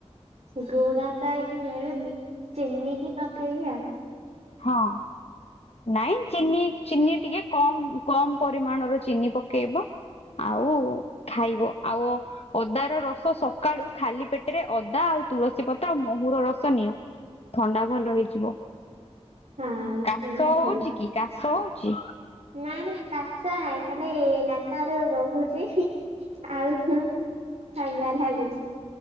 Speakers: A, on the right; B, on the left.
A: ଗୁଡ ତ ଏଇଠି ମିଳୁନି ଚିିନିକି ପକେଇବି ଆଉ।
B: ହଁ। ନାଇଁ ଚିନି ଚିନି ଟିକେ କମ୍ କମ୍ ପରିମାଣର ଚିନି ପକେଇବ। ଆଉ ଖାଇବ ଆଉ। ଅଦାର ରସ ସକାଳୁ ଖାଲି ପେଟେରେ ଅଦା ଆଉ ତୁଳସୀ ପତ୍ର ଆଉ ମହୁର ରସ ନିଅ। ଥଣ୍ଡା ଭଲ ହେଇଯିବ।
A: ହଁ
B: କାଶ
A: ସେଇଆ
B: ହଉଛି
A: କାଲି
B: କି କାଶ ହଉଛି
A: ନାଇଁ ନାଇଁ। କାଶ ନାଇଁ ଖାଲି ନାକରୁ ବହୁଛି ଆଉ। ଥଣ୍ଡା ଝାଡୁଛି।